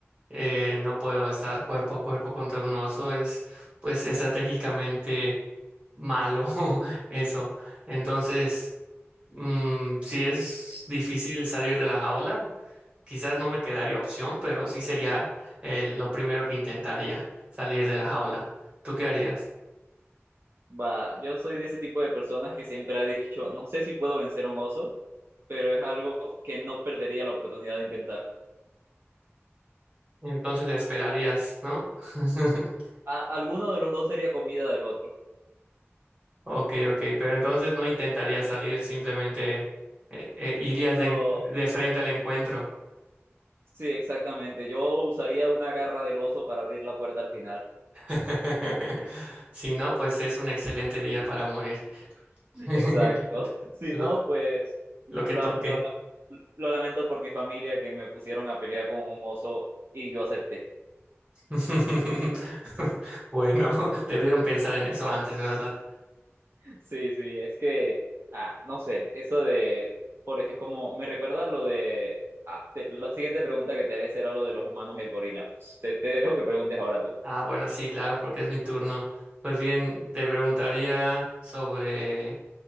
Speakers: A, on the right; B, on the right.
A: Eh, no puedo estar cuerpo a cuerpo contra un oso, es pues estratégicamente malo <laughs> eso. Entonces... Mm, si es difícil salir de la jaula, quizás no me quedaría opción, pero sí sería eh, lo primero que intentaría, salir de la jaula. ¿Tú qué harías?
B: Va, yo soy de ese tipo de personas que siempre ha dicho, no sé si puedo vencer a un oso, pero es algo que no perdería la oportunidad de intentar.
A: Entonces esperarías, ¿no? <laughs>
B: A- alguno de los dos sería comida del otro.
A: Ok, ok, pero entonces no intentarías salir, simplemente eh, eh, irías
B: No,
A: de, en- de frente al encuentro.
B: sí, exactamente. Yo usaría una garra del oso para abrir la puerta al final.
A: <laughs> Si no, pues es un excelente día para morir. <laughs>
B: Exacto. Si
A: Lo,
B: no, pues
A: lo que
B: la-
A: toque.
B: lo lo lamento por mi familia que me pusieron a pelear con un oso y yo acepté.
A: <laughs> Bueno, <laughs> debieron pensar en eso antes, ¿verdad?
B: Sí, sí, es que, ah, no sé, eso de, por ejemplo, como me recuerda lo de, ah, te- la siguiente pregunta que te haré será lo de los humanos y el gorila. Pues, te, te dejo que preguntes ahora tú.
A: Ah, bueno, sí, claro, porque es mi turno. Pues bien, te preguntaría sobre